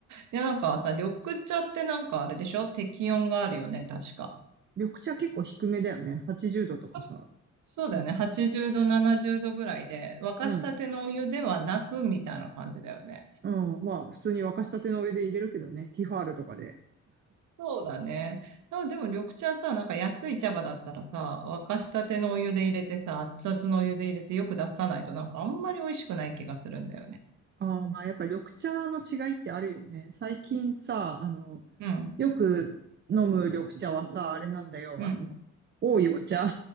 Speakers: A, on the right; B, on the right.
A: や、なんかさ、緑茶ってなんかあれでしょ適温があるよね、確か。
B: 緑茶結構低めだよね。80度とかさ。
A: 確かそうだよね。
B: なんか、
A: 80度、70度ぐらいで、沸かしたてのお湯ではなく、
B: うん、
A: みたいな感じだよね。
B: うん。まあ普通に沸かしたての上で入れるけどね。ティファールとかで。
A: そうだね。あ、でも緑茶さ、なんか安い茶葉だったらさ、沸かしたてのお湯で入れてさ、熱々のお湯で入れてよく出さないとなんかあんまり美味しくない気がするんだよね。
B: ああ、まあやっぱ緑茶の違いってあるよね。最近さ、あの、
A: うん、
B: よく飲む緑茶はさ、あれなんだよ。
A: うん、
B: あの、多いお茶